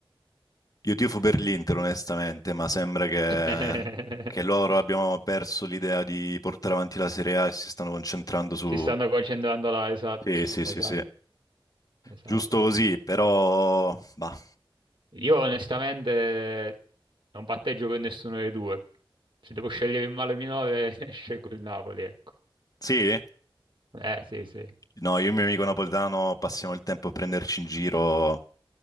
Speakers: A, on the left; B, on the right.
A: Io tifo per l'Inter, onestamente, ma sembra che,
B: <laughs>
A: che loro abbiano perso l'idea di portare avanti la Serie A e si stanno concentrando su...
B: Si stanno concentrando là, esatto,
A: Sì, sì,
B: esatto,
A: sì, sì.
B: esattamente.
A: Giusto così, però... Bah.
B: Io onestamente non patteggio per nessuno dei due. Se devo scegliere il male minore, <laughs> scelgo il Napoli, ecco.
A: Sì?
B: Eh, sì, sì.
A: No, io e il mio amico napoletano passiamo il tempo a prenderci in giro.